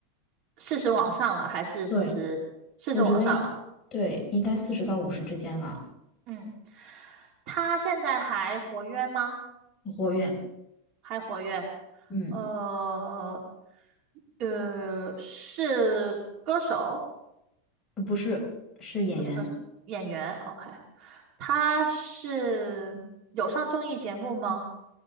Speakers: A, on the right; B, on the left.
A: 四十往上了还是四十？
B: 对，
A: 四十往上了，
B: 我觉得应对应该四十到五十之间吧，
A: 嗯，她现在还活跃吗？
B: 活跃。
A: 还活跃，
B: 嗯，
A: 呃呃，是歌手。
B: 不是，是演员，
A: 不是歌手演员。OK，他是有上综艺节目吗？